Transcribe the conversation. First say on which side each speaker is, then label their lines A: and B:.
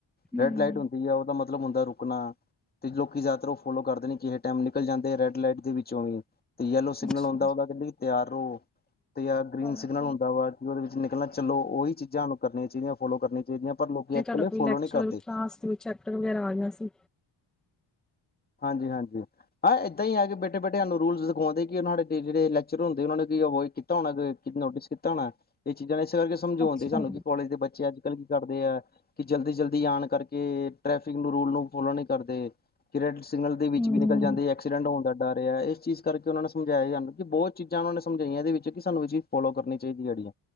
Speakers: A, in the centre; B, on the left (about 20°).
A: ਹਮ
B: ਰੈਡ ਲਾਈਟ ਹੁੰਦੀ ਆ ਓਦਾ ਮਤਲਬ ਹੁੰਦਾ ਰੁਕਣਾ। ਤੇ ਲੋਕੀ ਜਾਦਾਤਰ ਓ ਫੋਲੋ ਕਰਦੇ ਨੀ। ਕਿਹੇ ਟੈਮ ਨਿਕਲ ਜਾਂਦੈ ਰੈਡ ਲਾਈਟ ਦੇ ਵਿੱਚੋਂ ਵੀ, ਤੇ ਯੈਲੋ ਸਿਗਨਲ
A: ਅੱਛਾ
B: ਆਉਂਦਾ ਓਦਾ ਕੈਂਦੇ ਕੀ ਤਿਆਰ ਰਅੋ। ਤੇ ਜਾਂ
A: ਤੁਹਾਨੂੰ
B: ਗ੍ਰੀਨ ਸਿਗਨਲ
A: ਕੀ
B: ਹੁੰਦਾ ਵਾ ਕੀ ਓਦੇ ਵਿੱਚ ਨਿਕਲਣਾ ਚਲੋ। ਓਹੀ ਚੀਜ਼ਾਂ ਹਾਨੂੰ ਕਰਨੀਆਂ ਚਾਈਦੀਆਂ। ਫੋਲੋ ਕਰਨੀਆਂ ਚਾਈਦੀਆਂ। ਪਰ ਲੋਕੀ
A: ਤੇ
B: ਅਜ
A: ਤੁਹਾਡਾ
B: ਕੱਲ‌ ਏ
A: ਕੋਈ
B: ਫੋਲੋ
A: ਲੈਕਚਰ
B: ਨੀ ਕਰਦੇ।
A: ਕਲਾਸ ਦੇ ਵਿੱਚ ਚੈਪਟਰ ਵਗੈਰਾ ਆ ਗਿਆ ਸੀ
B: ਹਾਂਜੀ ਹਾਂਜੀ। ਹਾਂ ਏਦਾਂ ਆ ਕੇ ਬੇਠੇ ਬੇਠੇ ਹਾਨੂੰ ਰੂਲਸ ਸਿਖੋਣ ਦੇ ਓ ਸਾਡੇ ਜੇੜੇ ਲੈਚਰ ਹੁੰਦੇ ਓ ਨੇ ਕੀ ਅੋਇਵਡ ਕੀਤਾ- ਕੀਤਾ ਹੋਣਾ ਕਿਤੇ ਨੋਟਿਸ ਕੀਤਾ ਹੋਣਾ। ਏ ਚੀਜ਼ਾਂ ਨੇ ਏਸੇ ਕਰਕੇ ਸਮਝਾਉਣਦੇ
A: ਅੱਛਾ
B: ਸਾਨੂੰ ਕੀ ਕੋਲਜ ਦੇ ਬੱਚੇ ਅੱਜ ਗਲਤ ਕਰਦੇ ਐ ਕੀ ਜਲਦੀ ਜਲਦੀ ਆਣ ਕਰਕੇ ਟ੍ਰੈਫਿਕ ਨੂੰ ਰੂਲ ਨੂੰ ਫੋਲੋ ਨੀ ਕਰਦੇ, ਕੀ ਰੈਡ ਸਿਗਨਲ ਦੇ ਵਿੱਚ
A: ਹਮ
B: ਵੀ ਨੀ ਜਾਂਦੇ ਐਕਸੀਡੈਂਟ ਹੋਣ ਦਾ ਡਰ ਆ। ਏਸ ਚੀਜ਼ ਕਰਕੇ ਓਨਾਂ ਨੇ ਸਮਝਾਇਆ ਸਾਨੂੰ ਕੀ ਬੋਤ ਚੀਜ਼ਾਂ ਓਨਾਂ ਨੇ ਸਮਝਾਈਆਂ ਏਦੇ ਵਿੱਚ ਕਿ ਸਾਨੂੰ ਵੀ ਜੀ- ਫੋਲੋ ਕਰਨੀ ਚਾਹੀਦੀਆ ੜੇ।